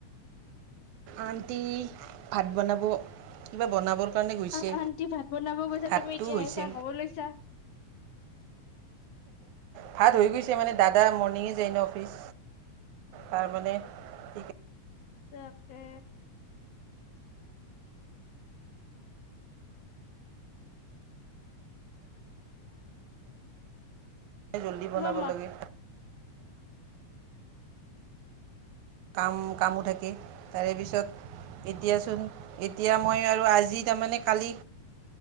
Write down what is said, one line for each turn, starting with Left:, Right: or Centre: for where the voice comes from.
Right: আণ্টি ভাত বনাব কিবা বনাবৰ কাৰণে গৈছে।
Left: আহ আন্টি ভাত বনাব গৈছে
Right: ভাতটো
Left: তুমি এতিয়াহে
Right: হৈছে
Left: চাহ খাব লৈছা।
Right: ভাত হৈ গৈছে মানে দাদা ম অফিচ যায়ন অফিচ তাৰমানে সেইকাৰণে
Left: তাকে।
Right: জল্দি বনাব
Left: তোমাৰ মা
Right: লাগে। কাম কামো থাকে। তাৰে পিছত এতিয়াচোন এতিয়া মই আৰু আজি তাৰমানে কালি